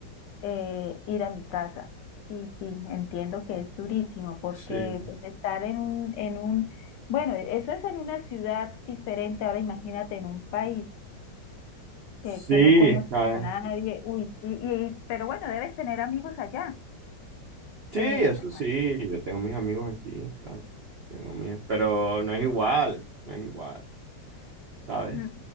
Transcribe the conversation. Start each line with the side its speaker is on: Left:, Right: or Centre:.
Left: eh, ir a mi casa. Sí, sí, entiendo que es durísimo porque
Right: sí.
Left: pues estar en un, en un, bueno, eso es en una ciudad diferente, ahora imagínate en un país
Right: Sí,
Left: que, que no conozcas
Right: ah,
Left: a nadie, uy, sí, y, pero bueno, debes tener amigos allá,
Right: sí,
Left: en
Right: eso
Left: España.
Right: sí, yo tengo mis amigos aquí, claro. Tengo mis, pero no es igual, no es igual, ¿sabes?
Left: Ujú,